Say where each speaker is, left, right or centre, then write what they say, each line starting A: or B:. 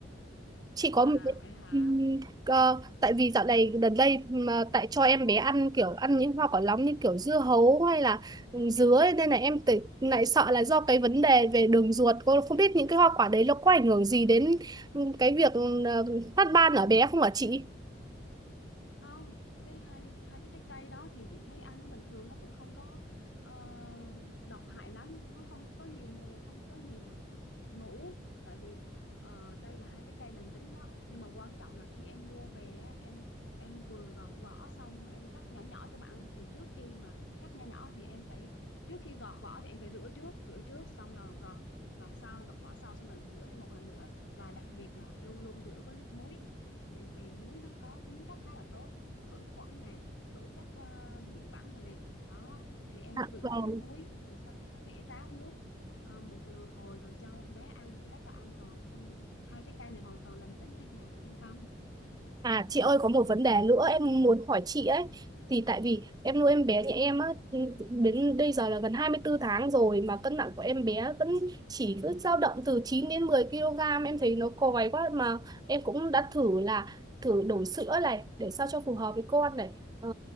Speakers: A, on the right; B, on the left.
A: chị có
B: à
A: một cái
B: vậy hả
A: ừm, ờ, tại vì dạo này gần đây mà tại cho em bé ăn kiểu ăn những hoa quả nóng như kiểu dưa hấu hay là ừ, dứa ấy, nên là em tự- lại sợ là do cái vấn đề về đường ruột cô không biết những cái hoa quả đấy nó có ảnh hưởng gì đến ừ, cái việc ừ, ờ, phát ban ở bé không hả chị?
B: không cái hai hai cái trái cây đó thì chị thấy ăn nó bình thường nó cũng không có ờ, độc hại lắm nó không có nhiều mù không có nhiều mũ tại vì ờ, đây là hai trái cây lành tính đó nhưng mà quan trọng là khi em mua về á, em em vừa gọt vỏ xong em cắt nhỏ nhỏ cho bạn ăn thì trước khi mà cắt nhỏ nhỏ thì em phải trước khi gọt vỏ thì em phải rửa trước rửa trước xong rồi gọt gọt sau gọt vỏ sau xong rồi rửa thêm một lần nữa và đặc biệt là luôn luôn rửa với nước muối vì, vì muối nó có tính chất khá là tốt khử khuẩn nè khử chất à, bụi bẩn rồi nè đó thì em
A: Dạ
B: rửa
A: vâng.
B: với nước muối rồi sau đó để ráo nước à, một lần- hồi rồi cho em bé ăn thì rất là an toàn không hai trái cây này hoàn toàn lành tính nên là yên tâm
A: À chị ơi có một vấn đề nữa em muốn hỏi chị ấy thì tại vì em nuôi em bé nhà em á đến bây giờ là gần 24 tháng rồi mà cân nặng của em bé vẫn chỉ cứ dao động từ 9 đến 10 kg em thấy nó còi quá mà em cũng đã thử là thử đổi sữa này để sao cho phù hợp với con này Ờ,